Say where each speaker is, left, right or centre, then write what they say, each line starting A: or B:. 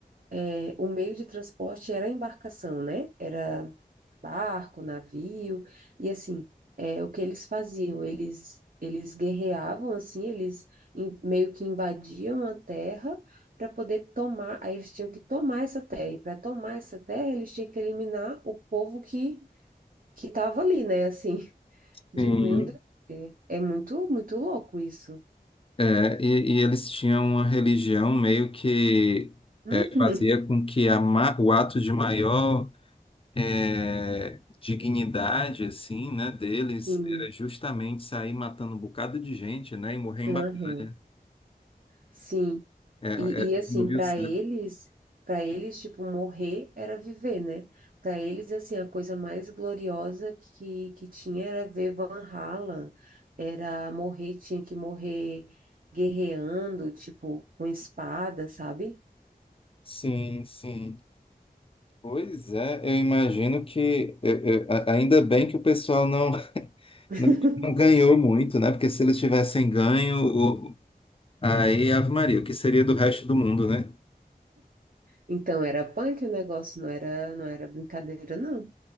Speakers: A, on the right; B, on the left.
A: é, o meio de transporte era a embarcação, né? Era barco, navio, e assim, é, o que eles faziam? Eles, eles guerreavam, assim, eles in- meio que invadiam a terra para poder tomar, aí eles tinham que tomar essa terra, e para tomar essa terra eles tinham que eliminar o povo que que tava ali, né? Assim, <laughs> digo,
B: Sim.
A: meu Deus, é, é muito, muito louco isso.
B: É, e, e eles tinham uma religião meio que
A: Uhum,
B: é, fazia com que a, ma- o ato de maior é, dignidade, assim, né, deles
A: sim,
B: era justamente sair matando um bocado de gente, né? E morrer em
A: uhum,
B: batalha.
A: sim.
B: É,
A: E,
B: é,
A: e assim,
B: não viu
A: para
B: o saco.
A: eles, para eles, tipo, morrer era viver, né? Para eles, assim, a coisa mais gloriosa que, que tinha era ver Van Halen, era morrer, tinha que morrer guerreando, tipo, com espada, sabe?
B: Sim, sim. Pois é, eu imagino que eu- eu- a- ainda bem que o pessoal não,
A: <laughs>
B: não, não ganhou muito, né? Porque se eles tivessem ganho, o- aí Ave Maria, o que seria do resto do mundo, né?
A: Então era punk o negócio, não era, não era brincadeira, não.